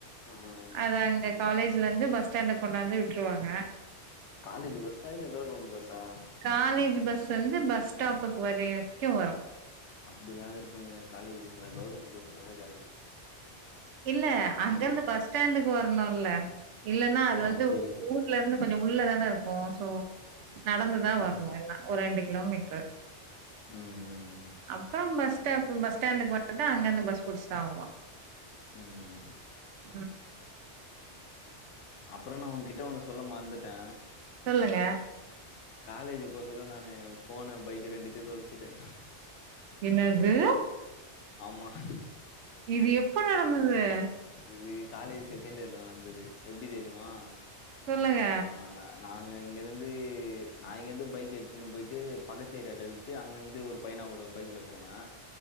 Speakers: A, on the left; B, on the right.
A: ம்
B: அத அங்க காலேஜ்லருந்து பஸ் ஸ்டாண்ட்கு கொண்டுவந்து விட்டுருவாங்க
A: காலேஜ் பஸ்ஸா இல்ல கவர்மண்ட் பஸ்ஸா
B: காலேஜ் பஸ் வந்து பஸ் ஸ்டாப்புக்கு வரைக்கு வரு
A: அப்டில்லா இருப்பங்க காலேஜ் பஸ்ல்லா கவர்மெண்ட் பஸ்ல தா ஜாலி
B: இல்ல அங்கருந்து
A: எனக்கு
B: பஸ் ஸ்டாண்டுக்கு வரணுல இல்லன்னா அது
A: ஓ
B: வந்து
A: அப்டி
B: ஊ ல இருந்து கொஞ்சோ உள்ளதான இருக்கு சோ நடந்துதா
A: ம்
B: வர்ணு எல்லா ஒரு ரெண்டு கிலோமீட்ரு
A: ம் ம் ம்
B: அப்றோ பஸ் ஸ்டாப் பஸ் ஸ்டாண்டுக்கு வந்ட்டு அங்கருந்து பஸ் புடிச்சுதா வருவா
A: ம்
B: ம்
A: அப்றோ நா உங்கிட்ட ஒன்னு சொல்ல மறந்துட்டே
B: சொல்லுங்க
A: காலேஜ் போ சொல்ல நானு ஃபோனு பைக்கு ரெண்டுத்தையு தொலச்சுட்டே
B: என்னது
A: ஆமா சிஸ்
B: இது எப்போ நடந்துது
A: இது காலேஜ் செகண்ட் இயர்ல நடந்தது எப்டி தெரியுமா
B: சொல்லுங்க
A: ஆ நாங்க இங்க இருந்து நா இங்கேந்து பைக் எத்துன்னு போய்ட்டு பக்கத்து ஏரியால விட் டு அங்கிந்து ஒரு பையனா கூட பைக்ல போவே